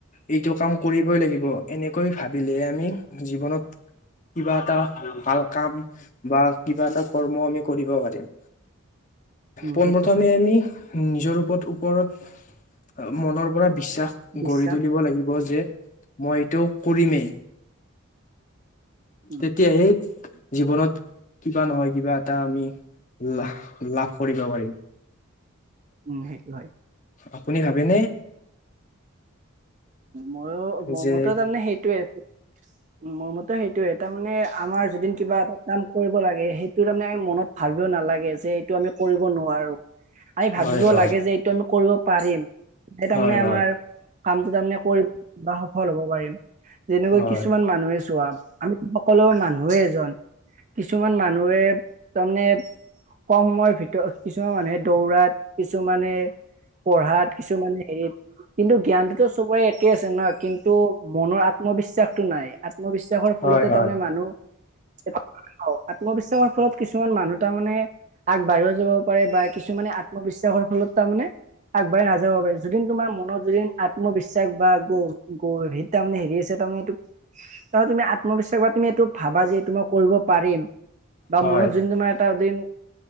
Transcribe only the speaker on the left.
এইটো কাম কৰিবই লাগিব এনেকৈ ভাবিলে আমি জীৱনত
কিবা এটা ভাল কাম বা কিবা এটা কৰ্ম আমি কৰিব পাৰিম।
পোনপ্ৰথমে
আমি নিজৰ ওপৰত ওপৰত মনৰ পৰা বিশ্বাস
গঢ়ি তুলিব লাগিব যে মই এইটো কৰিমেই
তেতিয়াহে জীৱনত কিবা নহয় কিবা এটা আমি লা লাভ কৰিব পাৰিম
আপুনি ভাবেনে?
যে
হয় হয়
হয়
হয়
হয়
হয় হয়
হয়